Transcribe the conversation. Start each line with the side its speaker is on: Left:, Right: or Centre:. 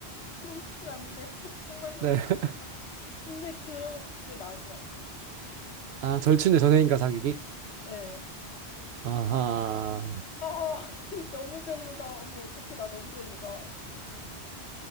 Left: 그러고 싶진 않은데. <laughs> 정말 그러고
Right: 네.
Left: 싶지
Right: <laughs>
Left: 않다. 근데 그, 그게 나을 것 같아요.
Right: 아, 절친의 전애인과 사귀기?
Left: 네.
Right: 아하.
Left: 어, <laughs> 너무 별로다. 어머, 어떡해. 나 너무 별로다.